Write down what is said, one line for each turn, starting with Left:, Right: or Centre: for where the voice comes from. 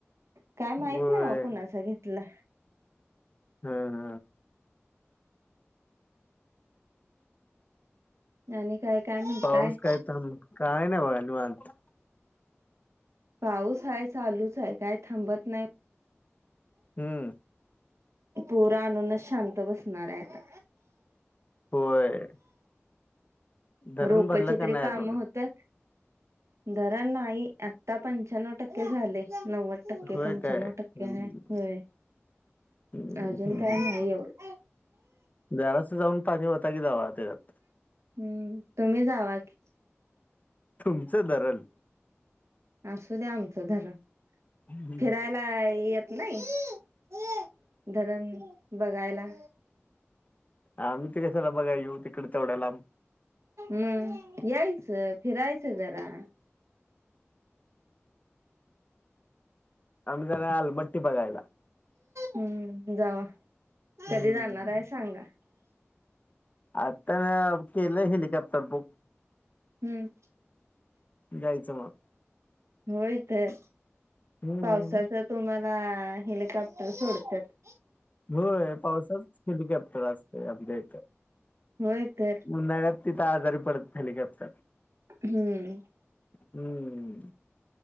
Right: काय माहित
Left: होय
Right: बा? कुणाचा घेतला?
Left: हं हं
Right: आणि काय काय म्हणताय?
Left: पाऊस काय काय नाही बघा निवांत.
Right: पाऊस हाय चालूच हाय काय थांबत नाही.
Left: हम्म
Right: पोरं आणूनच शांत बसणार हाय आता
Left: होय धरण
Right: रोपचे
Left: भरलं का
Right: तरी
Left: नाही
Right: काम
Left: अजून
Right: होत त धरण नाही आता पंच्या्णव टक्के झालय नव्वद टक्के
Left: होय
Right: पंच्याण्व
Left: काय हम्म
Right: टक्के हाय होय
Left: हम्म
Right: अजून
Left: हम्म
Right: काय
Left: हम्म.
Right: नाही एवढं.
Left: जरासं जाऊन पाणी ओता की जावा त्याच्यात
Right: हम्म तुम्ही जावा कि.
Left: तुमचं धरण
Right: असुदे आमचं धरण
Left: हम्म
Right: फिराय नाय येत नाही धरण बघायला.
Left: आम्ही ते कशाला बघाय येऊ तिकडं तेवढ्या लांब
Right: म यायचं फिरायचं जरा
Left: आम्ही जाणार आलमट्टी बघायला.
Right: हम्म जावा
Left: हम्म
Right: कधी जाणार हाय सांगा?
Left: आता केलं हेलिकॅप्टर बुक
Right: हम्म
Left: जायचं मग
Right: होय तर
Left: हम्म
Right: पावसाचं तुम्हाला हेलिकॅप्टर सोडत्यात.
Left: होय पावसाळ्यातच हेलिकॅप्टर असतय आमच्या इथ
Right: होय तर
Left: उन्हाळ्यात तिथं आजारी पडत हेलिकॅप्टर
Right: हम्म
Left: हम्म